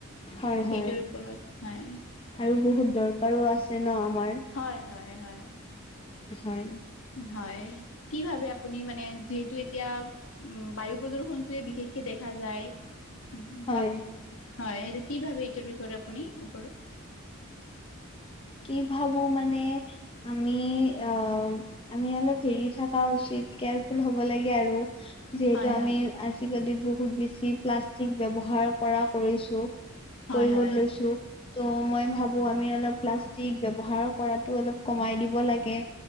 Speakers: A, on the left (about 25°); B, on the left (about 70°).
A: হয়
B: সেইটোৰ
A: হয়।
B: ওপৰত হয়।
A: আৰু বহুত দৰকাৰো আছে ন' আমাৰ।
B: হয় হয় হয়।
A: হয়।
B: হয়। কি ভাবে আপুনি মানে যিহেতু এতিয়া উম, বায়ু প্ৰদূষনটোৱে বিশেষকে দেখা যায়। উ,
A: হয়।
B: বাপ, হয় এইটো কি ভাবে এইটোৰ বিষয়ত আপুনি ওপৰত?
A: কি ভাবোঁ মানে আমি আ আমি অলপ হেৰি থকা উচিত, কেয়াৰফুল হ'ব লাগে আৰু। যিহেতু
B: হয়
A: আমি
B: হয়
A: আজিকালি বহুত বেছি প্লাষ্টিক ব্যৱহাৰ কৰা কৰিছোঁ।
B: হয়
A: কৰিব
B: হয়
A: লৈছো ত' মই ভাবোঁ আমি অলপ প্লাছ টিক ব্যৱহাৰ কৰাতো অলপ কমাই দিব লাগে।